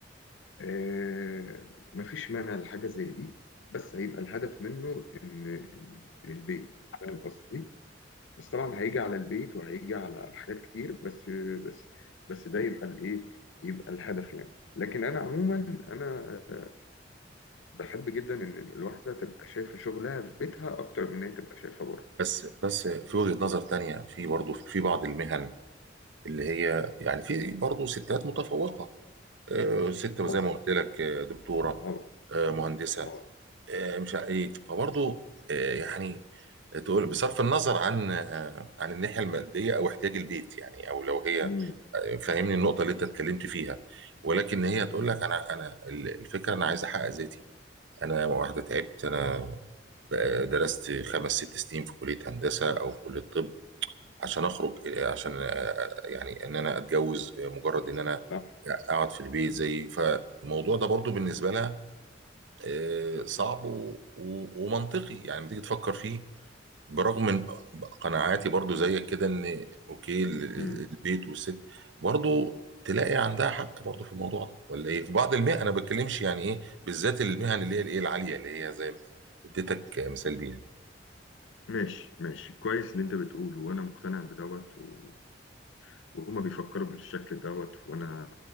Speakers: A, on the left; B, on the right.
A: آه، مفيش مانع لحاجه زي دي بس هيبقى الهدف منه ان إن- إن البيت فاهم قصدي بس طبعا هيجي على البيت وهيجي على على حاجات كتير بس بس بس ده يبقى الايه يبقى الهدف يعني لكن انا عموما انا آه، بحب جدا ان الواحده تبقى شايفه شغلها في بيتها اكتر من ان هي تبقى شايفه بره
B: بس بس في وجهة نظر تانية في برضه في بعض المهن اللي هي يعني في برضه ستات متفوقة آه، ست زي
A: طبعا
B: ما قلت لك آه، دكتورة
A: طبعا
B: آه، مهندسة
A: طبعاً.
B: آه، مش ع- ايه فبرضه آه، يعني تقول بصرف النظر عن آه، عن الناحية المادية او احتياج البيت يعني او لو هي
A: امم
B: فاهمني النقطه اللي انت اتكلمت فيها ولكن هي هتقول
A: امم
B: لك انا انا الفكره انا عايز احقق ذاتي انا واحده تعبت انا بقى درست خمس ست سنين في كليه هندسه او في كليه طب عشان اخرج عشان يعني ان انا اتجوز مجرد ان انا
A: صح
B: اقعد في البيت زي فالموضوع ده برضو بالنسبه لها آه، صعب و- و- ومنطقي يعني لما تيجي تفكر فيه برغم من قناعاتي برضو زيك كده ان اوكي ال- ال-
A: امم
B: البيت والست برضو تلاقي عندها حق برضو في الموضوع ده ولا ايه في بعض المهن انا بتكلمش يعني ايه بالذات المهن اللي هي الايه العاليه اللي هي زي ما اديتك مثال بيها
A: ماشي ماشي كويس اللي انت بتقوله وانا مقتنع بدوت و... وهما بيفكروا بالشكل دوت وانا